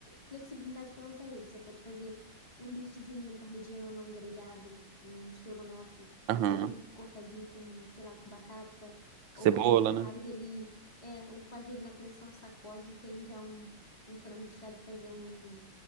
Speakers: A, on the left; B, on the right.
A: flexibilidade para usar ele. Você pode fazer um bifezinho, um parmegiana, um grelhado, um estrogonofe,
B: Aham.
A: ou só um bife cortadinho com, sei lá, com batata,
B: Cebola,
A: ou
B: né?
A: faz ele, é, ou faz ele na pressão, sacode e tem já um, um frango desfiado, fazer um,